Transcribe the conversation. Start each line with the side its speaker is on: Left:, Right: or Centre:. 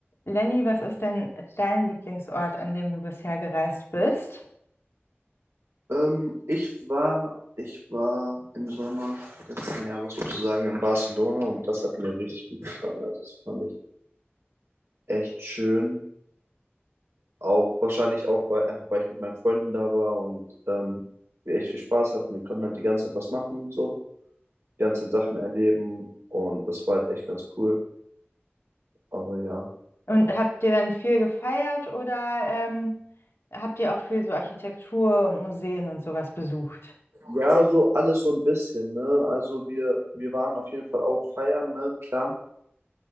Left: Lenny, was ist denn dein Lieblingsort, an dem du bisher gereist bist?
Right: Ähm, ich war, ich war im Sommer letzten Jahres sozusagen in Barcelona und das hat mir richtig gut gefallen. Also das fand ich echt schön. Auch wahrscheinlich auch, weil einfach weil ich mit meinen Freunden da war und ähm, wir echt viel Spaß hatten. Wir konnten halt die ganze Zeit was machen, so, die ganze Zeit Sachen erleben und das war halt echt ganz cool. Aber ja.
Left: Und habt ihr dann viel gefeiert oder ähm, habt ihr auch viel so Architektur und Museen und sowas besucht?
Right: Ja, so alles so ein bisschen, ne? Also wir, wir waren auf jeden Fall auch feiern, ne? Klar.